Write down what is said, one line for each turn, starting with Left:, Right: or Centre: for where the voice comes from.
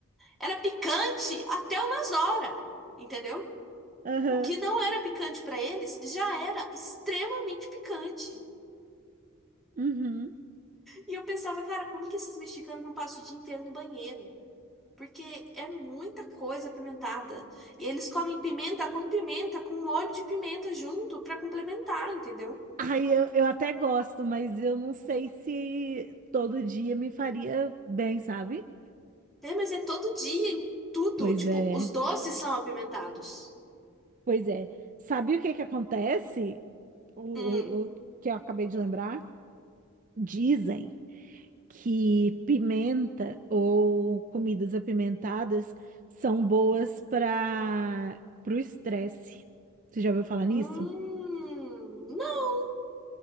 Centre: era picante até umas horas, entendeu?
Right: Aham.
Centre: O que não era picante pra eles já era extremamente picante.
Right: Uhum.
Centre: E eu pensava, cara, como que esses mexicanos não passam o dia inteiro no banheiro? Porque é muita coisa apimentada. E eles comem pimenta com pimenta, com molho de pimenta junto pra complementar, entendeu?
Right: Aí eu, eu até gosto, mas eu não sei se todo dia me faria bem, sabe?
Centre: É, mas é todo dia, em tudo.
Right: Pois
Centre: Tipo,
Right: é.
Centre: os doces são apimentados.
Right: Pois é. Sabe o que que acontece? O, o,
Centre: Hum.
Right: o que eu acabei de lembrar? Dizem que pimenta ou comidas apimentadas são boas para o estresse. Você já ouviu falar nisso?
Centre: Hum. Não.